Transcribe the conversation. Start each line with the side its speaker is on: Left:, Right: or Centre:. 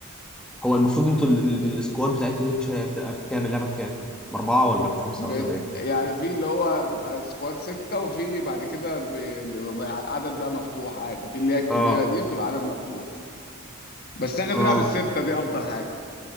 Centre: هو المفروض انتوا ال- ال- السكواد بتاعتكم دي مش هي- بتبقى بكام اللعبه بكام باربعه ولا بخمسه
Left: بت...
Centre: ولا بايه
Left: يعني في اللي هو بيبقى سكواد ستة وفي بعد كده ب... بيبقى عدد بقى مفتوح عادي في اللي هي الكبيرة
Centre: اه
Left: دي بتبقى عدد مفتوح بس احنا بنلعب
Centre: اه
Left: الستة دي أفضل حاجة